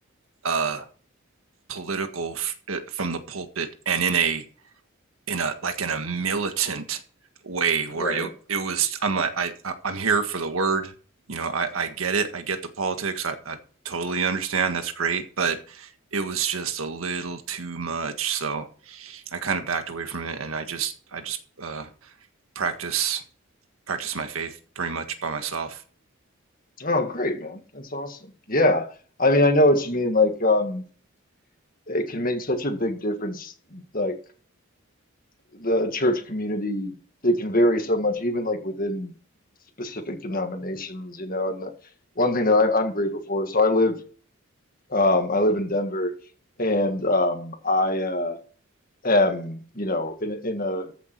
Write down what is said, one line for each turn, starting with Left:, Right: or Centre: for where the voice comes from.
Right: uh, political f- uh, from the pulpit and in a in a like in a militant way where
Left: right.
Right: it it was I'm like I I'm here for the word. You know, I I get it. I get the politics. I, I totally understand. That's great, but it was just a little too much. So I kind of backed away from it, and I just I just uh, practice practice my faith pretty much by myself.
Left: Oh, great, man. That's awesome. Yeah. I mean, I know what you mean. Like, um, it can make such a big difference. Like, the church community, they can vary so much, even like within specific denominations, you know. And the, one thing that I, I'm grateful for, so I live, um, I live in Denver, and um, I uh, am, you know, in, a- in a